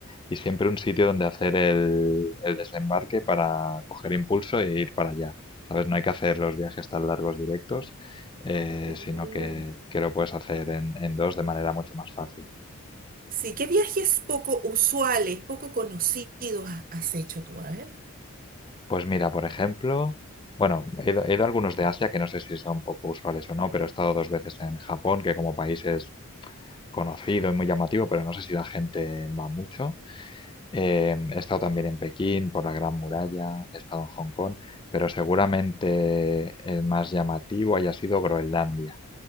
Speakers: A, on the left (about 20°); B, on the right (about 40°).
A: y siempre un sitio donde hacer el, el desembarque para coger impulso e ir para allá. ¿Sabes? No hay que hacer los viajes tan largos directos, eh,
B: Sí.
A: sino que, que lo puedes hacer en, en dos de manera mucho más fácil.
B: Sí, ¿qué viajes poco usuales, poco conocidos ha- has hecho tú? A ver.
A: Pues mira, por ejemplo, bueno, he ido, he ido a algunos de Asia que no sé si son poco usuales o no, pero he estado dos veces en Japón, que como país es conocido y muy llamativo, pero no sé si la gente va mucho. Eh, he estado también en Pekín, por la Gran Muralla, he estado en Hong Kong, pero seguramente el más llamativo haya sido Groenlandia,